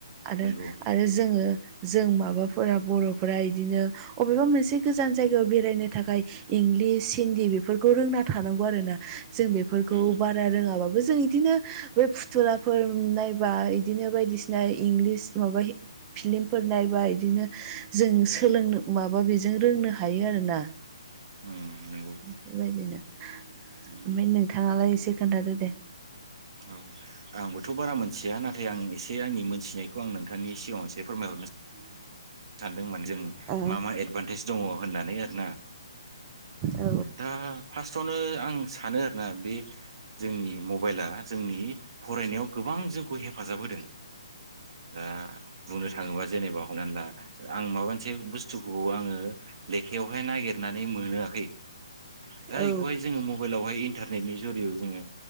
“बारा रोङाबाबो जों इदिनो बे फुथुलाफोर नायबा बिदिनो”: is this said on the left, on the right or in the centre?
Right